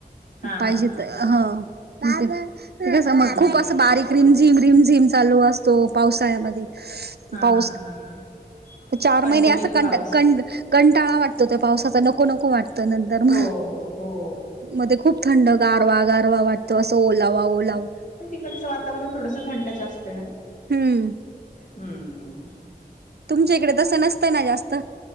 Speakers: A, on the left; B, on the right.
A: हा
B: पाहिजे
A: हा हा
B: त
A: हा
B: हं ते कस मग
A: हा हा
B: खूप असं बारीक रिम झिम रिम झिम चालू असतो पावसाळ्यामध्ये. पाऊस
A: हा हा हा हा
B: चार
A: कंटिन्यूच
B: महिने आसं कंटा
A: पाऊस
B: कंड कंटाळा वाटतो त्या पावसाचा नको नको वाटत नंतर
A: हो
B: म.
A: हो हो
B: मध्ये खूप थंड गारवा गारवा वाटतो आसं ओलावा ओलावा.
A: तिकडच वातावरण थोडसं थंडच आसतेय.
B: हम्म.
A: हम्म.
B: तुमच्या इकड तस नसत ना जास्त?